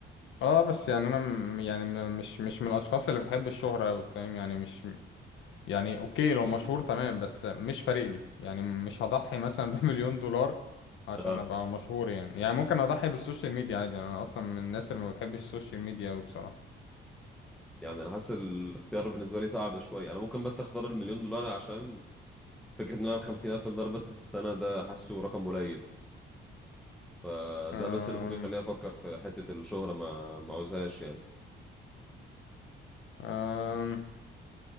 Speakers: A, on the left (about 75°); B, in the centre.
A: اه بس يعني انا م- يعني م- مش مش من الاشخاص اللي بتحب الشهرة اوي فاهم يعني مش يعني اوكي لو مشهور تمام بس مش فارق لي يعني مش هضحي مثلا <laughs> بمليون دولار عشان
B: اه
A: ابقى مشهور يعني يعني ممكن اضحي بالسوشيال ميديا عادي يعني انا اصلا من الناس اللي ما بتحبش السوشيال ميديا اوي بصراحة
B: يعني انا حاسس الاختيار بالنسبه لي صعب شويه انا ممكن بس اختار المليون دولار عشان فكرة ان انا اعمل 50000 دولار بس في السنة ده حاسه رقم قليل فده
A: أم...
B: بس اللي ممكن يخليني افكر في حتة الشهرة ما ما عاوزهاش يعني
A: أم...